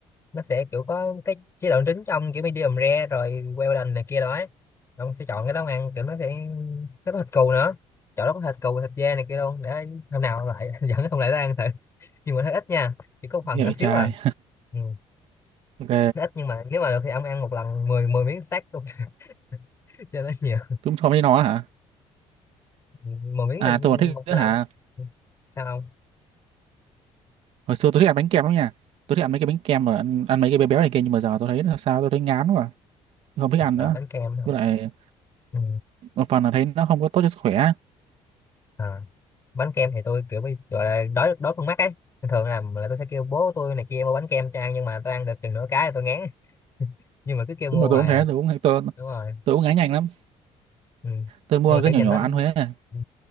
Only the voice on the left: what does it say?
nó sẽ kiểu có cái chế độ trứng trong kiểu medium rare rồi Wellington này kia đó ấy. ông sẽ chọn cái đó ăn kiểu nó sẽ nó có thịt cừu nữa chỗ đó có thịt cừu thịt dê này kia luôn để hôm nào lại <laughs> dẫn ông lại đó ăn thử nhưng mà nó ít nha chỉ có một phần
nhỏ
xíu
à ừ.
nó ít nhưng mà nếu mà được thì ông ăn một lần mười mười miếng stack cũng <laughs> cho nó nhiều
10 miếng
thì
một
lần
sao không
à,
bánh kem hả?
Ừ.
À, bánh kem thì tôi kiểu bị gọi là đói đói con mắt ấy Nên thường làm là tôi sẽ kêu bố tôi này kia mua bánh kem cho ăn nhưng mà tôi ăn được chừng nửa cái thì tôi ngán <laughs> nhưng mà cứ kêu mua
hoài
à
đúng rồi
ừ.
nhưng mà
kiểu
nhìn
nó
ừ.